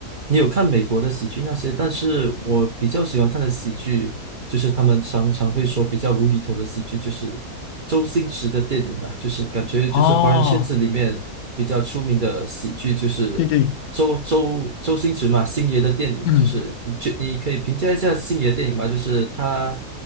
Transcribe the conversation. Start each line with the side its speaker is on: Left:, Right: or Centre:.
Right: 你有看美国的喜剧那些，但是我比较喜欢看的喜剧，就是他们常常会说比较无厘头的喜剧，就是周星驰的电影嘛，就是感觉就是华人圈子里面比较出名的喜剧，
Left: 哦，
Right: 就是周周周星驰嘛，
Left: 对对，
Right: 星爷的电影，
Left: 嗯
Right: 就是你觉你可以评价一下星爷的电影吗？就是他